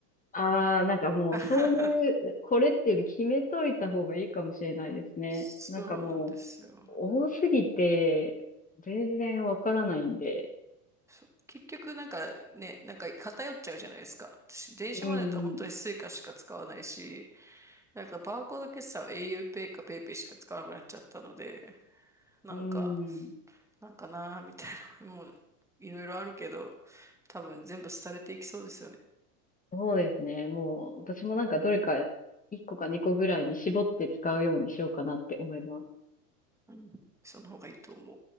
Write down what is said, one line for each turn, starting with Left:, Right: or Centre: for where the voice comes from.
Left: ああ、なんかもうそういう、
Centre: <laughs>
Left: これっていうの決めといた方がいいかもしれないですね。
Centre: そうなんですよ。
Left: なんかもう、多すぎて、全然わからないんで。
Centre: そう結局なんかね、なんか偏っちゃうじゃないですか。私、電子マネーだって本当にスイカしか使わないし、
Left: うん。
Centre: なんかバーコード決済は a u ペイか PayPay しか使わなくなっちゃったので、なんか、
Left: うん。
Centre: なんかなーみたいな、もういろいろあるけど、多分全部廃れていきそうですよね。
Left: そうですね。もう、私もなんかどれか1個か2個ぐらいに絞って使うようにしようかなって思います。
Centre: うん。その方がいいと思う。